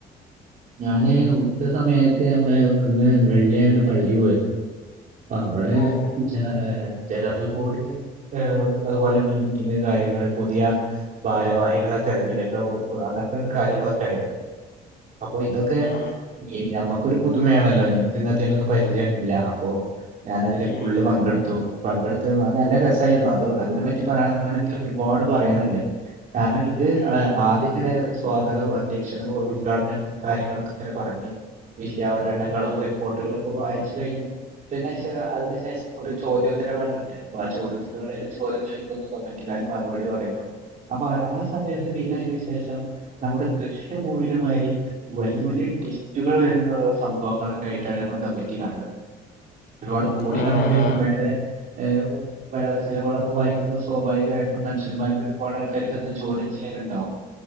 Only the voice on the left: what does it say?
ഉം
ആ
ഉം
ഉം
ആ ആ